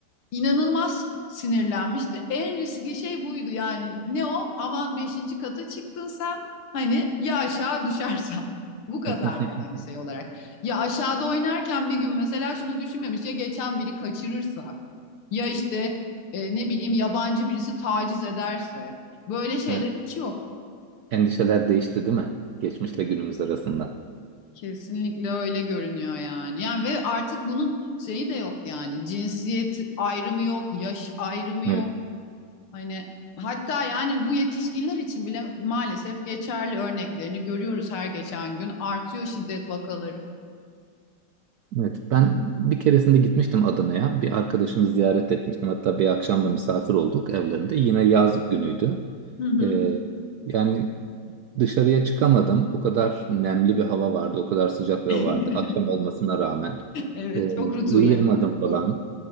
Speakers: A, on the left; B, on the right.
A: İnanılmaz sinirlenmişti. En riskli şey buydu yani. Ne o? Aman beşinci kata çıktın sen. Hani ya aşağı düşersen. <laughs> Bu kadar
B: <laughs>
A: yani şey olarak. Ya aşağıda oynarken bir gün mesela şunu düşünmemiş ya geçen biri kaçırırsa. Ya işte e, ne bileyim yabancı birisi taciz ederse. Böyle şeyler
B: Evet,
A: hiç yok.
B: endişeler değişti değil mi? Geçmişle günümüz arasında.
A: Kesinlikle öyle görünüyor yani. Yani ve artık bunun şeyi de yok yani. Cinsiyet ayrımı yok, yaş ayrımı yok.
B: Evet.
A: Hani hatta yani bu yetişkinler için bile maalesef geçerli örneklerini görüyoruz her geçen gün. Artıyor şiddet vakaları.
B: Evet, ben bir keresinde gitmiştim Adana'ya. Bir arkadaşımı ziyaret etmiştim. Hatta bir akşam da misafir olduk evlerinde. Yine yaz günüydü.
A: Hı hı.
B: Ee, yani dışarıya çıkamadım. O kadar nemli bir hava vardı. O kadar sıcak bir
A: <laughs>
B: hava vardı. Akşam olmasına rağmen.
A: Evet,
B: Ee,
A: çok rutubet.
B: uyuyamadım falan.
A: Doğru.